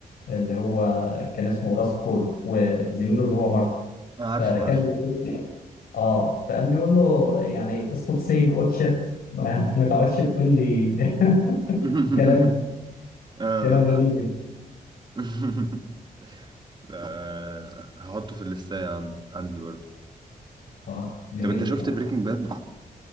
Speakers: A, on the left; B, on the right.
A: اللي هو كان اسمه راست كول وزميله اللي هو مارتي
B: عارفه
A: فكان
B: عارفه
A: بيقول اه فقام بيقول له يعني ستوب سينج اوت شيت ما <laughs> ما تعودش تقول لي <laughs>
B: <laughs>
A: كلام
B: اه
A: كلام غريب يعني
B: <laughs> لا، هحطه في الليستة عندي عندي برضه
A: اه جميل
B: طب انت شفت
A: بصراحه
B: بريكنج باد